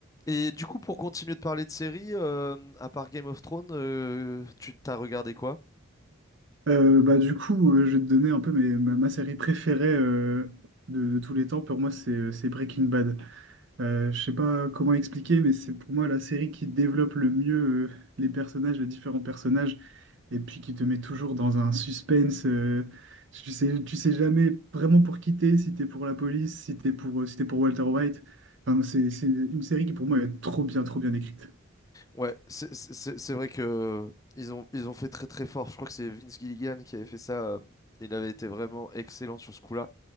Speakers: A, on the left; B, on the right.
A: Et du coup, pour continuer de parler de séries, euh, à part Game of Thrones, euh, tu t'as regardé quoi?
B: Euh, bah, du coup, euh, je vais te donner un peu mes- ma, ma série préférée euh, de, de tous les temps. Pour moi, c'est euh, c'est Breaking Bad. Euh, je sais pas comment expliquer, mais c'est pour moi la série qui développe le mieux euh, les personnages, les différents personnages, et puis qui te met toujours dans un suspense. euh, tu sais, tu sais jamais vraiment pour qui t'es, si t'es pour la police, si t'es pour, euh, si t'es pour Walter White. Enfin, c'est c'est une série qui pour moi est trop bien, trop bien écrite.
A: Ouais, c'est c'est- c'est- c'est vrai que euh, ils ont, ils ont fait très très fort. Je crois que c'est Vince Gilligan qui avait fait ça. euh, il avait été vraiment excellent sur ce coup-là.